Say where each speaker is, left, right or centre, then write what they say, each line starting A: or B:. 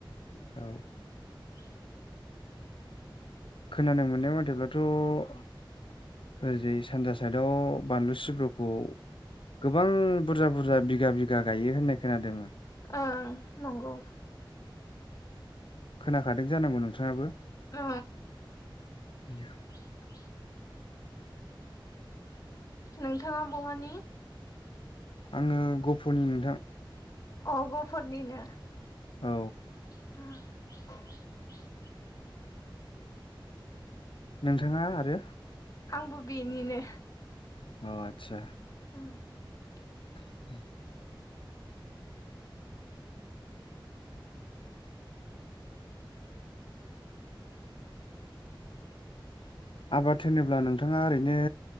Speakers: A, on the left; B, on the left.
A: औ।
B: उम
A: खोनानो मोननाय मथेब्लाथ' ओरैजै सानजा साइदआव बानलु सिब्रुखौ गोबां बुरजा बुरजा बिगा बिगा गायो होननाय खोनादों।
B: ओं नंगौ।
A: खोनाखादों जानांगौ नोंथाङाबो।
B: औ।
A: बि
B: आ' <inaudible> नोंथाङा बहानि
A: आङो गफ'नि नोंथां।
B: अ गफरनिनो
A: औ।
B: <unintelligible>
A: नोंथाङा आरो
B: आंबो बेनिनो
A: अ आतसा
B: <unintelligible>
A: ह <inaudible> आबाद होनोब्ला नोंथाङा ओरैनो